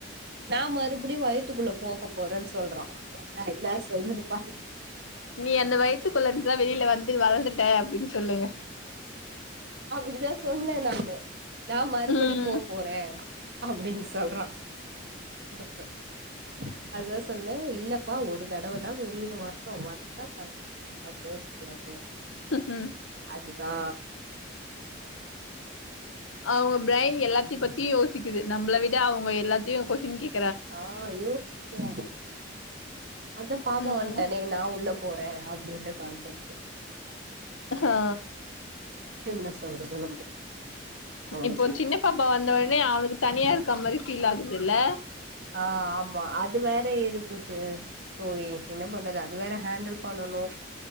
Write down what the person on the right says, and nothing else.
நா மறுபடியு வயத்துக்குள்ள போக போறேன்னு சொல்றா நா என்ன சொல்றது பாரு
அப்டிதா சொன்னே நானு நா மறுபடி
போ போறே அப்டின் சொல்றா <inaudible> அதா சொன்னே இல்லப்பா ஒரு தடவ தா வெளில வர்ணு வந்துட்டா மறுபடியு போ முடியாது
அதுதா
ஆ யோசிக்கிற அதா பாப்பா
வன்டானே நா உள்ளப் போறே அப்டின்ற கான்செப்ட்
என்ன சொல்றது நம்போ அவள
போய்
ஆ ஆமா அ து வேற இருக்கு ச தோழி என்ன பண்றது அது வேற ஹேண்டில் பண்ணணு